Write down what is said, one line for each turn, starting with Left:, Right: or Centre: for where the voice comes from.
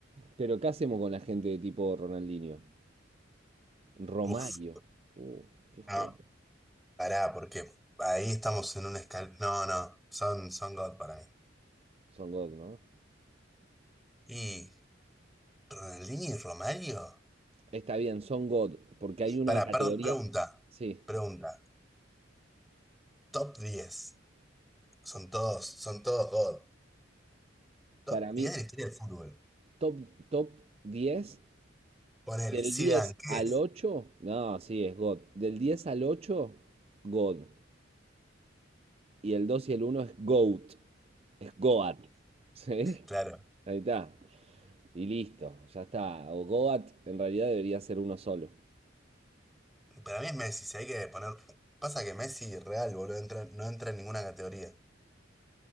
Right: Pero ¿qué hacemos con la gente de tipo Ronaldinho? Romario.
Centre: Uf,
Right: Uh, qué juego.
Centre: no, pará, porque ahí estamos en un escal... No, no, son, son God para mí.
Right: Son God, ¿no?
Centre: ¿Y Ronaldinho y Romario?
Right: Está bien, son God, porque hay una
Centre: Pará,
Right: categoría.
Centre: perdón, pregunta.
Right: Sí,
Centre: Pregunta. Top 10. Son todos, son todos God. Top
Right: para mí,
Centre: diez de la historia del fútbol.
Right: top, top diez
Centre: Ponele,
Right: del
Centre: Zidane,
Right: 10
Centre: ¿qué
Right: al
Centre: es?
Right: ocho, No, sí, es God. Del 10 al ocho God. Y el 2 y el uno es GOAT. Es Goat. <laughs> Sí,
Centre: <laughs> Claro.
Right: ahí está. Y listo, ya está. O Goat en realidad debería ser uno solo.
Centre: Para mí es Messi, si hay que poner... Pasa que Messi real, boludo, entra- no entra en ninguna categoría.